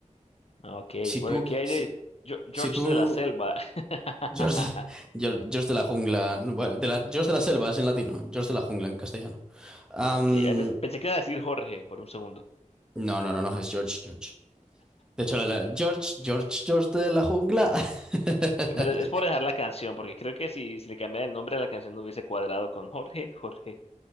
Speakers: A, on the left; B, in the centre.
A: Ah, Ok.
B: Si
A: Bueno,
B: tú,
A: ¿y qué hay
B: si,
A: de Jo- George
B: Si tú,
A: de la Selva? <laughs>
B: George de, George, George de la jungla, no, bueno, de la, George de la selva es en latino, George de la jungla en castellano. Am,
A: Ok, eh, pens- pensé que iba a decir Jorge por un segundo.
B: no, no, no, no, es George, George. De hecho, la- la- George, George, George de la jungla. <laughs>
A: Pero es por dejar la canción, porque creo que si, si le cambiara el nombre a la canción no hubiese cuadrado con Jorge, Jorge,